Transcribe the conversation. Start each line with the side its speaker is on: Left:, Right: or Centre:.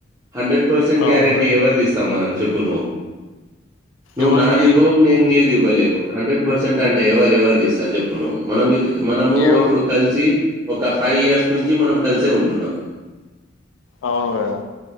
Right: హండ్రెడ్ పర్సెంట్ గ్యారెంటీ
Left: అవును గదా!
Right: ఎవరిది ఇస్తాం మనం చెప్పు నువ్వు. నువ్వు
Left: ఎవరి
Right: నాదివ్వవు
Left: ఎల్
Right: నేను నీది ఇవ్వలేేను హండ్రెడ్ పర్సెంట్ అంటే ఎవరు ఎవరిది ఇస్తరు చెప్పు నువ్వు. మనమిది మనము
Left: ఎవ
Right: ఇప్పుడు కలిసి ఒక ఫైవ్ ఇయర్స్ నుంచి మనం కలిసే ఉంటున్నం.
Left: అవును కదా.